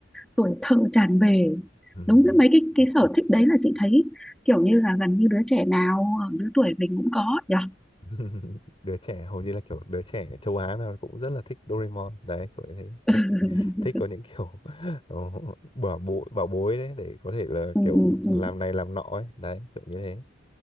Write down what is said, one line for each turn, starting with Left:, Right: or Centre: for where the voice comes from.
Centre: tuổi thơ tràn về
Left: Ừm.
Centre: đúng với mấy cái cái sở thích đấy là chị thấy kiểu như là gần như đứa trẻ nào ở lứa tuổi mình cũng có nhỉ
Left: <laughs> đứa trẻ hầu như là kiểu đứa trẻ châu Á nào cũng rất là thích Doraemon đấy kiểu như thế thích
Centre: <laughs>
Left: thích có những kiểu <laughs> ờ, bảo bối bảo bối đấy để có thể là
Centre: ừ,
Left: kiểu
Centre: ừ, ừ.
Left: làm này làm nọ ấy đấy kiểu như thế